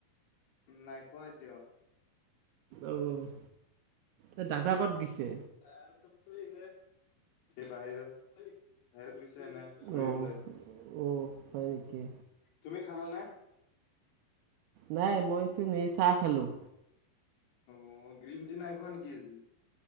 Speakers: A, on the left; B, on the right.
A: নাই খোৱা এতিয়াও।
B: অ', এই দাদা ক'ত গৈছে?
A: <unintelligible> এই বাহিৰত বাহিৰত গৈছে এনে। ফুৰিবলৈ
B: অ', অ', হয় নেকি?
A: তুমি খালা নে?
B: নাই, মইচোন এই চাহ খালোঁ।
A: অ', গ্ৰীণটি নাই খোৱা নেকি আজি?